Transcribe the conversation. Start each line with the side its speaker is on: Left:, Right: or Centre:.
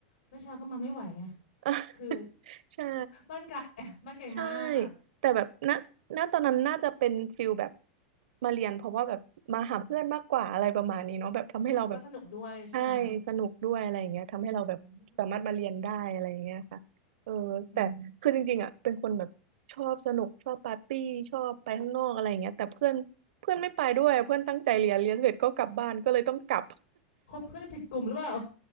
Left: ไม่ช้าก็มาไม่ไหวไง
Right: อ่ะ <laughs>
Left: คือ
Right: ใช่
Left: บ้านไกลไงบ้านไกลมาก
Right: ใช่แต่แบบณณตอนนั้นน่าจะเป็นฟิลแบบมาเรียนเพราะว่าแบบมาหาเพื่อนมากกว่าอะไรประมาณนี้เนาะแบบทำให้เราแบบ
Left: แล้วก็สนุกด้วยใช่ไหม
Right: ใช่สนุกด้วยอะไรอย่างเงี้ยทำให้เราแบบสามารถมาเรียนได้อะไรอย่างเงี้ยค่ะเออแต่คือจริงๆอ่ะเป็นคนแบบชอบสนุกชอบปาร์ตี้ชอบไปข้างนอกอะไรอย่างเงี้ยแต่เพื่อนเพื่อนไม่ไปด้วยเพื่อนตั้งใจเรียนเรียนเสร็จก็กลับบ้านก็เลยต้องกลับ
Left: อืมอืมคบเพื่อนผิดกลุ่มหรือเปล่า